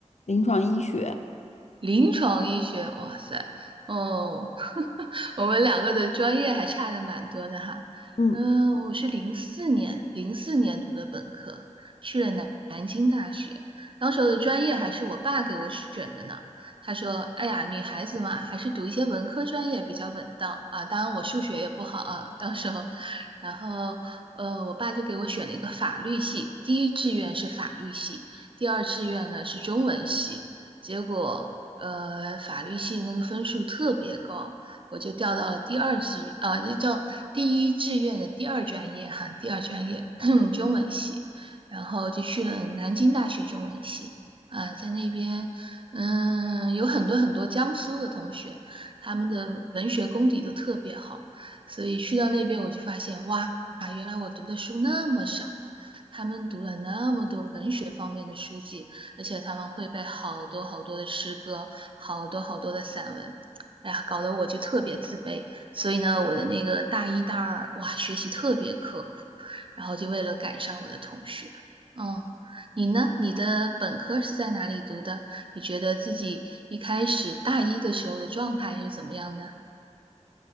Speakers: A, on the left; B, on the right.
A: 临床医学，
B: 临床医学，哇塞，哦，<laughs> 我们两个的专业还差的蛮多的哈。
A: 嗯，
B: 嗯、我是零四年，零四年读的本科，去了南南京大学，当时候的专业还是我爸给我选的呢。他说：“哎呀，女孩子嘛，还是读一些文科专业比较稳当啊。当然，我数学也不好啊，到时候，然后，呃，我爸就给我选了一个法律系，第一志愿是法律系，第二志愿呢是中文系。结果呃法律系的那个分数特别高，我就调到了第二志啊，就叫第一志愿的第二专业哈，第二专业 <clears throat> <coughs> 中文系，然后就去了南京大学中文系。啊，在那边，嗯，有很多很多江苏的同学，他们的文学功底都特别好，所以去到那边我就发现，哇，原来我读的书那么少，他们读了那么多文学方面的书籍，而且他们会背好多好多的诗歌，好多好多的散文。哎呀，搞得我就特别自卑，所以呢，我的那个大一、大二，哇，学习特别刻苦，然后就为了赶上我的同学。嗯，你呢？你的本科是在哪里读的？你觉得自己一开始大一的时候的状态是怎么样的？